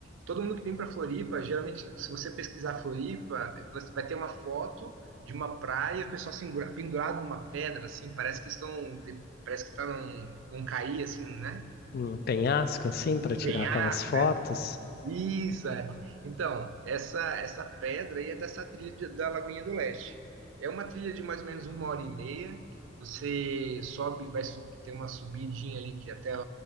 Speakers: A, on the right; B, on the left.
A: todo mundo que vem para Floripa, geralmente, se você pesquisar Floripa, você vai ter uma foto de uma praia, o pessoal segura- pendurado numa pedra, assim, parece que estão, parece que tá num, vão cair, assim, né?
B: Um penhasco assim,
A: Um
B: para tirar
A: penhasco,
B: aquelas fotos.
A: isso, é. Então, essa essa pedra aí é dessa trilha de- da Lagoinha do Leste. É uma trilha de mais ou menos uma hora e meia. Você sobe, vai su- ter uma subidinha ali que até a-